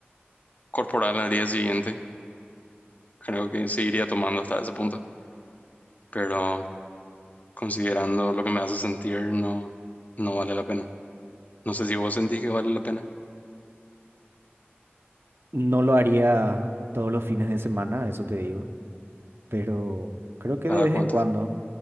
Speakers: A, on the left; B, on the right.
A: corporal al día siguiente, creo que seguiría tomando hasta ese punto. Pero considerando lo que me hace sentir, no, no vale la pena. No sé si vos sentís que vale la pena.
B: No lo haría todos los fines de semana, eso te digo, pero creo que
A: ¿Cada
B: de vez
A: cuánto?
B: en cuando,